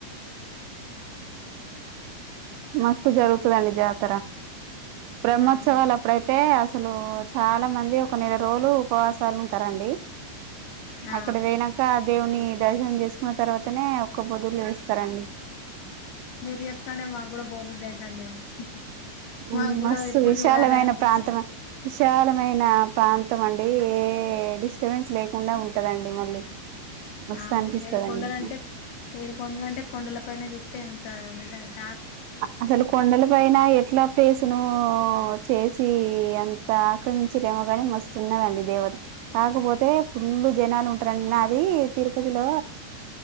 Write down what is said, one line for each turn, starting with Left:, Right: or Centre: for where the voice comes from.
Right: మస్తు జరుగుత్ త దండి జాతర బ్రహ్మోత్సవాలు
Left: ఆ
Right: అప్పుడైతే అసలు చాలా మంది ఒక్ క నెల రోలు ఉపవాసాలు ఉంటరండి.
Left: ఆ
Right: అక్కడికి పోయినంక దేవుని దర్శనం చేసుకున్న తర్వాతనే ఒక్క పొద్దులు చేస్తరండి.
Left: మీరు చెప్తాంటే మాగ్గూడా పోబుద్ధి అయితాందండి.
Right: ఊమ్
Left: మాకు కూడా
Right: మస్తు
Left: ఎప్పుడు
Right: విశాలమైన
Left: చూడాలి అనిపిస్తాంది
Right: ప్రాంతం అ విశాలమై మైన ప్రాంతం అండి ఏ డిస్టబెన్స్ లేకుండా ఉంటదండి మళ్ళీ మస్తు
Left: అవును
Right: అనిపిస్తదండి
Left: ఏడు కొండల అంటే ఏడు కొండల అంటే కొండల పైన జుత్తే ఎంత నిజా ఇ
Right: అసలు కొండల పైన ఎట్లా పేసును చేసి అంత అక్కడి నుంచి లేమగానే మస్తు ఉన్నదండి దేవత కాకపోతే ఫుల్ జనాలు ఉంటారండి డి తిరుపతిలో